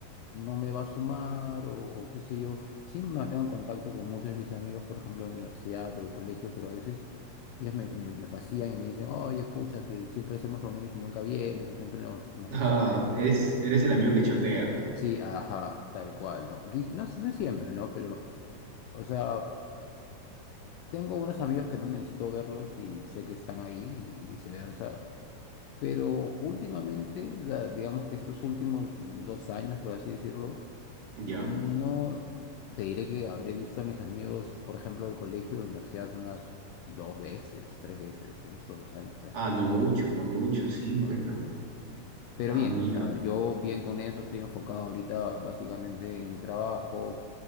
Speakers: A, on the left (about 80°); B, on the right (about 65°).
A: no me va a sumar o, o qué sé yo. Sí me mantengo en contacto con muchos de mis amigos, por ejemplo, de la universidad o del colegio, pero a veces ellos me, me, me fastidian y me dicen, oye, pucha, te- siempre hacemos reuniones y nunca vienes o siempre nos, nos
B: Ah,
A: rechazas.
B: es, eres el amigo que chotea,
A: Sí, ajá, tal cual, ¿no? Y no, es- no es siempre, ¿no? Pero, o sea... Tengo unos amigos que no necesito verlos y sé que están ahí y viceversa, pero últimamente, da- digamos que estos últimos dos años, por así decirlo,
B: ¿ya?
A: no te diré que habré visto a mis amigos, por ejemplo, del colegio, de la universidad, unas dos veces, tres veces en estos dos años, o sea, es
B: Ah, no mucho, no mucho,
A: poquísimo,
B: sí, pues
A: ¿no?
B: no.
A: Pero
B: Ah,
A: bien,
B: mira.
A: o sea, yo bien con eso, estoy enfocado ahorita básicamente en mi trabajo,